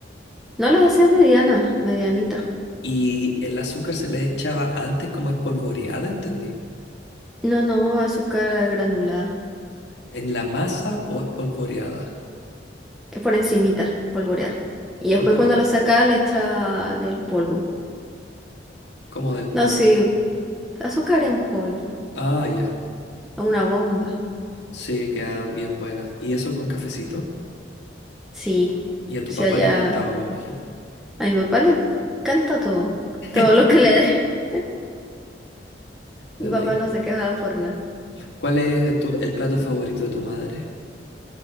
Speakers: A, in the centre; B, on the left.
A: No las hacía medianas, medianitas.
B: Y el azúcar se le echaba antes como espolvoreada, entendí.
A: No, no, azúcar granulada,
B: ¿En la masa o espolvoreada?
A: eh, por encimita, polvoreada. Y después
B: Polvoreada,
A: cuando la saca le echa del polvo.
B: como del polvo.
A: No, sí, azúcar en polvo,
B: Ah, ya.
A: a una bomba.
B: Sí, quedan bien buenas. ¿Y eso con cafecito?
A: Sí,
B: Y a tu
A: si
B: papá
A: allá
B: le gustaba, me imagino.
A: a mi papá le canta todo, todo
B: <laughs>
A: lo que le dé. <laughs>
B: Ven
A: Mi papá
B: ahí.
A: no se quejaba por nada.
B: ¿Cuál es tu- el plato favorito de tu madre?